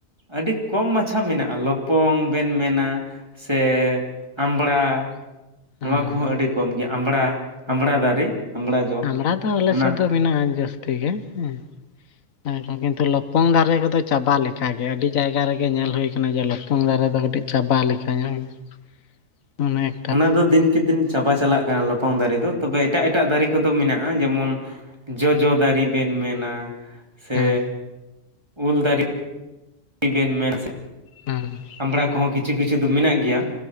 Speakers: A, on the right; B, on the left.
A: ᱟᱹᱰᱤ ᱠᱚᱢ ᱢᱟᱪᱷᱟ ᱢᱮᱱᱟᱜᱼᱟ ᱞᱚᱯᱚᱝ ᱵᱮᱱ ᱢᱮᱱᱟ ᱥᱮ ᱟᱢᱲᱟ ᱱᱚᱣᱟ
B: ᱦᱮᱸ
A: ᱠᱚᱦᱚᱸ ᱟᱹᱰᱤ ᱠᱚᱢ ᱜᱮᱭᱟ, ᱟᱢᱵᱽᱲᱟ ᱟᱢᱵᱽᱲᱟ ᱫᱟᱨᱮ ᱟᱢᱵᱲᱟ ᱡᱚ
B: ᱟᱢᱲᱟ ᱫᱚ ᱟᱞᱮ
A: ᱚᱱᱟ
B: ᱥᱮᱫ
A: ᱾
B: ᱫᱚ ᱢᱮᱱᱟᱜᱼᱟ ᱡᱟᱹᱥᱛᱤ ᱜᱮ ᱦᱮᱸ ᱾ ᱦᱮᱸ, ᱠᱤᱱᱛᱩ ᱞᱚᱯᱚᱝ ᱫᱟᱨᱮ ᱠᱚᱫᱚ ᱪᱟᱵᱟ ᱞᱮᱠᱟᱜᱮ ᱟᱹᱰᱤ ᱡᱟᱭᱜᱟ ᱨᱮᱜᱮ ᱧᱮᱞ ᱦᱩᱭ ᱟᱠᱟᱱᱟ, ᱡᱮ ᱞᱚᱯᱚᱝ ᱫᱟᱨᱮ ᱫᱚ ᱠᱟᱹᱴᱤᱡ ᱪᱟᱵᱟ ᱞᱮᱠᱟ ᱧᱚᱝ ᱜᱮ
A: <inaudible>
B: ᱾ ᱚᱱᱮᱠ
A: ᱚᱱᱟ ᱫᱚ ᱫᱤᱱ ᱠᱮ ᱫᱤᱱ ᱪᱟᱵᱟ ᱪᱟᱞᱟᱜ ᱠᱟᱱᱟ ᱞᱚᱯᱚᱝ ᱫᱟᱨᱮ ᱫᱚ, ᱛᱚᱵᱮ ᱮᱴᱟᱜ ᱮᱴᱟᱜ ᱫᱟᱨᱮ ᱠᱚᱫᱚ ᱢᱮᱱᱟᱜᱼᱟ ᱾ ᱡᱮᱢᱚᱱ ᱡᱚᱡᱚ ᱫᱟᱨᱮ ᱵᱮᱱ ᱢᱮᱱᱟ ᱥᱮ,
B: ᱦᱮᱸ
A: ᱩᱞ ᱫᱟᱨᱮ ᱵᱮᱱ ᱢᱮᱱᱟ ᱥᱮ,
B: ᱦᱮᱸ᱾
A: ᱟᱢᱵᱽᱲᱟ ᱠᱚᱦᱚᱸ ᱠᱤᱪᱷᱩ ᱠᱤᱪᱷᱩ ᱫᱚ ᱢᱮᱱᱟᱜ ᱜᱮᱭᱟ ᱾